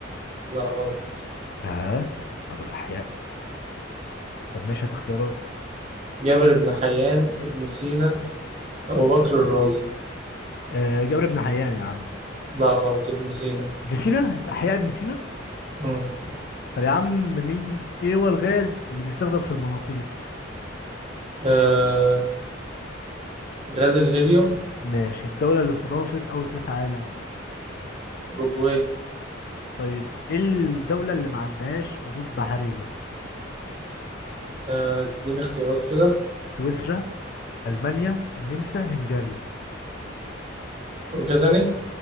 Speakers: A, on the right (about 35°); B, on the left (about 55°).
A: لا غلط
B: اه ابو الاحياء طب ماشي هات اختيارات
A: جابر بن حيان ابن سينا أبو بكر الرازي
B: آه جابر بن حيان يا عم
A: لا غلط ابن سينا
B: ابن سينا الأحياء ابن سينا
A: مم.
B: طب يا عم مين إيه هو الغاز اللي بيستخدم في المناطيد
A: آه غاز الهيليوم
B: ماشي الدولة اللي استضافت أول كأس عالم
A: أوروجواي
B: طيب إيه الدولة اللي ما عندهاش حدود بحرية
A: آه اديني اختيارات كده
B: سويسرا ألمانيا النمسا هنغاريا
A: قول كده تاني